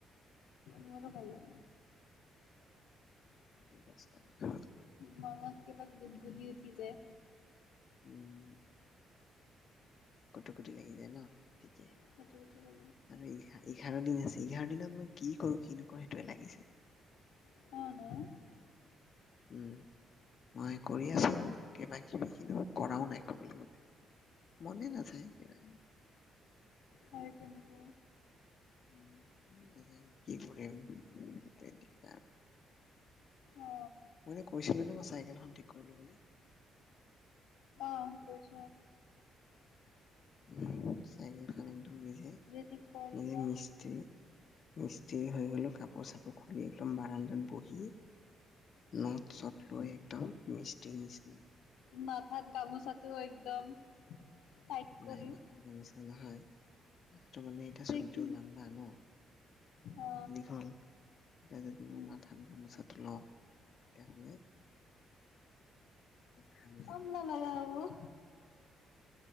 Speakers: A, on the left; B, on the left.
A: মই ত ভালেই পাওঁ।
B: এইটো দশ তাৰিখত।
A: মনত কিবা গুদ গুদি উঠি যায়।
B: উম, কুটো কোটি লাগি যায় ন, ঠিকে।
A: <inaudible>
B: আৰু এঘ এঘাৰ দিনহে আছে, এঘাৰ দিনত মই কি কৰো, কি নকৰো সেইটোৱে লাগিছে।
A: <inaudible>
B: উম, মই কৰি
A: উম
B: আছো কিবা কিবি খিনি কৰাও নাই ক'বলৈ গ'লে। মনে নাযায় কিবা।
A: হয় কিন্তু।
B: মানে, কি কৰিম সেইটোৱে দিগদাৰ।
A: অ
B: মই এনেই কৈছিলো নে, মই চাইকেল এখন ঠিক কৰিলো বুলি?
A: অঁহ, কৈছা।
B: উম, চাইকেল খন একদম নিজে,
A: ঠিক কৰিলা
B: নিজে মি স্ত্ৰী হৈ গলোঁ, কাপোৰ চাপোৰ খুলি একদম বাৰাণ্ডাত বহি। নত চত লৈ, একদম মিস্ত্ৰীৰ নিচিনা।
A: মাথাত গামোচাটো একদম। টাইট কৰি
B: নাই মাথাত গামোচা নাই, মাথাটো মানে, এতিয়া
A: তে
B: চুলিটো
A: কি
B: লাম্বা ন।
A: অ
B: দীঘল, এতিয়া যদি মই
A: উম
B: মাথাত গামোচাত লওঁ তেতিয়াহলে। ঘামি
A: <inaudible>
B: যাব